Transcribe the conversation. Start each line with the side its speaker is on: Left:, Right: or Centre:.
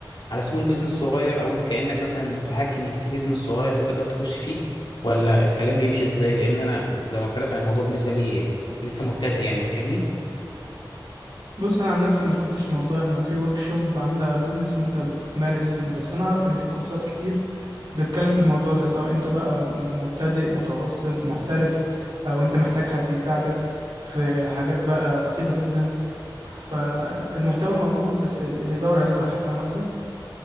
Left: على سمول بيزنس صغير او انت كانك مثلا بتحاكي ان في بيزنس صغير بتقدر تخش فيه ولا الكلام بيمشي ازاي لان انا زي ما قلت لك انا الموضوع بالنسبه لي لسه مبتدئ يعني فاهمني
Right: بص انا عن نفسي ما شفتش موضوع ان في ورك شوب عامله بيزنس وانت بتمارس فيه بس انا اعرف ان في كورسات كتير بتتكلم في الموضوع ده سواء انت بقى مبتدئ متوسط محترف او انت محتاج حد يساعدك في حاجات بقى دقيقة جدا فالمحتوى موجود بس اللي يدور عليه صح فاهم قصدي